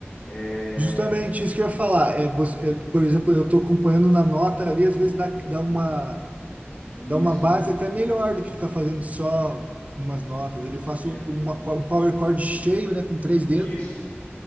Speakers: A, on the left; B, on the right.
A: é
B: justamente isso que eu ia falar. É, você, é, por exemplo, eu tô acompanhando na nota ali, às vezes dá, dá uma,
A: isso,
B: dá uma base até melhor do que ficar fazendo só umas notas. Ele faz
A: ex-
B: uma, co- um Power Chord cheio, né? Com três
A: isso.
B: dedos.